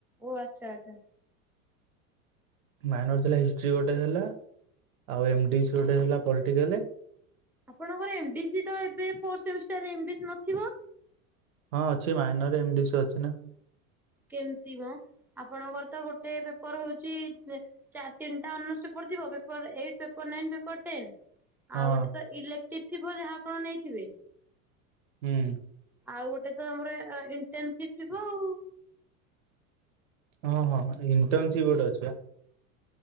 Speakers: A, in the centre; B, on the right (about 65°).
A: ଓ ଆଚ୍ଛା ଆଚ୍ଛା।
B: ମାଇନର ଥିଲା ହିଷ୍ଟ୍ରି ଗୋଟେ ହେଲା। ଆଉ ଏମ ଡିସ୍‌ ଗୋଟେ ହେଲା ପଲଟିକାଲ।
A: ଆପଣଙ୍କର ଏମ ଡି ସି ତ ଏବେ ଫୋର ସେମିଷ୍ଟାରରେ ଏମ୍ ଡି ସି ନଥିବ।
B: ହଁ ଅଛି ମାଇନରରେ ଏମ ଡି ସି ଅଛି ନା।
A: କେମିତି ମ ଆପଣଙ୍କର ତ ଗୋଟେ ପେପର ହୋଉଛି ଚାର ତିିଟା ଅନର୍ସ ପେପର ଥିବ paper eight, paper nine, paper ten.
B: ହଁ
A: ଆଉ ଗୋଟେ ତ ଇଲେକ୍ଟିଭ ଥିବ ଯାହା ଆପଣ ନେଇଥିବେ।
B: ହୁଁ।
A: ଆଉ ଗୋଟେ ତ ଆମର ଇଣ୍ଟେନସିପ ଥିବ ଆଉ।
B: ହଁ ହଁ ଇଣ୍ଟର୍ନସିପ୍ ଗୋଟେ ଅଛି ବା।